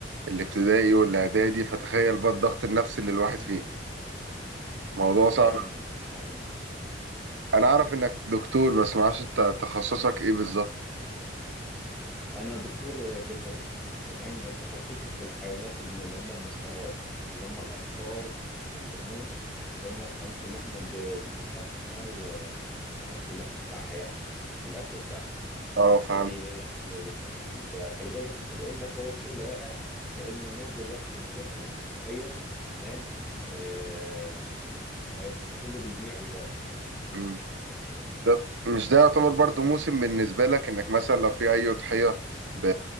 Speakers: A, on the right; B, in the centre.
A: الابتدائي والاعدادي فتخيل بقى الضغط النفسي اللي الواحد فيه، موضوع
B: الله
A: صعب
B: يعينك الله يعينك
A: انا اعرف انك دكتور بس ما اعرفش انت تخصصك ايه بالظبط؟
B: انا دكتور بيطري تمام تخصصي في الحيوانات الم- اللي هم المشترات اللي هم الابقار والجاموس اللي هم الحيوانات اللي احنا ب- بنذبحها وبناكل اللحم بتاعها يعني في الاكل بتاعنا
A: اه فهمت
B: فدي هي ده ال- التخصص بتاعي فلذلك حتى بقول لك هو الشغل واقع لان الناس دلوقتي بتجهز للضحيه تمام آه فكله بيبيع دلوقتي
A: امم طب مش ده يعتبر برضو موسم بالنسبة لك انك مثلا لو في اي أضحية ب...